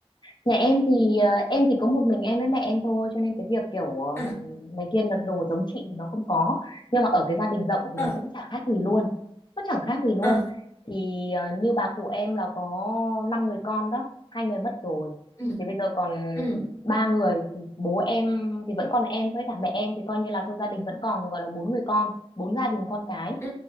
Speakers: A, on the left; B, on the left.
A: Nhà em thì ờ, em thì có một mình em với mẹ em thôi cho nên cái việc kiểu ờm,
B: à
A: mấy kia đặt đồ giống chị thì nó không có nhưng mà ở cái gia đình rộng thì
B: à
A: nó cũng chả khác gì luôn nó chẳng khác gì luôn
B: à
A: thì ờ, như bà cụ em là có 5 người con đó hai người mất rồi
B: ừ
A: thì bây giờ còn
B: ừ
A: ba người thì bố em thì vẫn còn em với cả mẹ em thì coi như là thôi gia đình vẫn còn thì gọi là bốn người con bốn gia đình con cái
B: ừ